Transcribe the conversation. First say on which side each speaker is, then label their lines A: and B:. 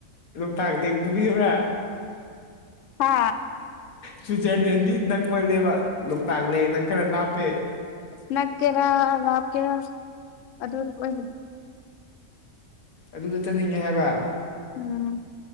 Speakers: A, on the left; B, on the left.
A: ꯂꯣꯛꯇꯥꯛ ꯂꯦꯛ ꯄꯨꯕꯤꯌꯨꯔꯥ
B: ꯍꯥ
A: ꯁ꯭ꯋꯤꯠꯖꯔꯂꯦꯟꯗꯤ ꯅꯪ ꯃꯜꯂꯦꯕ ꯂꯣꯛꯇꯥꯛ ꯂꯦꯛꯅ ꯈꯔ ꯂꯥꯞꯄꯦ
B: ꯅꯛꯀꯦꯔ ꯂꯞꯀꯦꯔ ꯑꯗꯨ ꯑꯣꯏ
A: ꯑꯗꯨꯗ ꯆꯠꯅꯤꯡꯉꯦ ꯍꯥꯏꯕ
B: ꯎꯝ